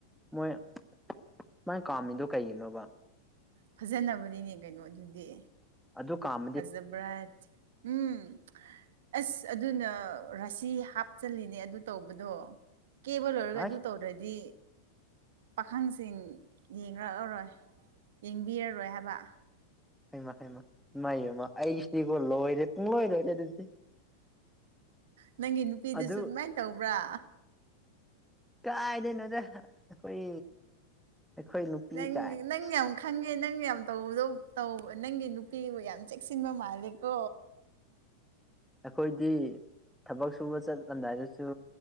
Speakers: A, in the centre; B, on the right.
A: ꯃꯣꯏ ꯁꯨꯃꯥꯏ ꯀꯥꯝꯃꯤꯗꯣ ꯀꯩꯒꯤꯅꯣꯕ
B: ꯐꯖꯅꯕꯅꯤꯅꯦ ꯀꯩꯅꯣ ꯑꯗꯨꯗꯤ
A: ꯑꯗꯨ ꯀꯥꯝ
B: ꯐꯖꯕ꯭ꯔꯥ ꯎꯝ ꯑꯁ ꯑꯗꯨꯅ ꯔꯥꯁꯤ ꯍꯥꯞꯆꯜꯂꯤꯅꯦ ꯑꯗꯨ ꯇꯧꯕꯗꯣ ꯀꯦꯕ ꯂꯣꯏꯔꯒ
A: ꯑꯁ
B: ꯑꯗꯨ ꯇꯧꯗ꯭ꯔꯗꯤ ꯄꯥꯈꯪꯁꯤꯡ ꯌꯦꯡꯔꯛ ꯑꯔꯣꯏ ꯌꯦꯡꯕꯤ ꯔꯥꯔꯣꯏ ꯍꯥꯏꯕ
A: ꯍꯩꯃꯥ ꯍꯩꯃꯥ ꯏꯃꯥꯏꯕꯦꯝꯃ ꯑꯩꯁꯤꯗꯤꯒꯣ ꯂꯣꯏꯔꯦ ꯄꯨꯡꯂꯣꯏ ꯂꯣꯏꯔꯦ ꯑꯗꯨꯗꯤ
B: ꯅꯪꯒꯤ ꯅꯨꯄꯤꯗꯨꯁꯨ
A: ꯑꯗꯨ
B: ꯑꯗꯨꯃꯥꯏꯟ ꯇꯧꯕ꯭ꯔꯥ
A: ꯀꯥꯏꯗꯩꯅꯣꯗ ꯑꯩꯈꯣꯏ ꯑꯩꯈꯣꯏ ꯅꯨꯄꯤ
B: ꯅꯪ
A: ꯀꯥꯏꯅ
B: ꯅꯪ ꯌꯥꯝ ꯈꯪꯉꯦ ꯅꯪ ꯌꯥꯝ ꯇꯧꯕꯗꯣ ꯇꯧꯕ ꯅꯪꯒꯤ ꯅꯨꯄꯤꯕꯨ ꯌꯥꯝ ꯆꯦꯛꯁꯤꯟꯕ ꯃꯥꯜꯂꯦꯀꯣ
A: ꯑꯩꯈꯣꯏꯗꯤ ꯊꯕꯛ ꯁꯨꯕ ꯆꯠꯂꯝꯗꯥꯏꯗꯁꯨ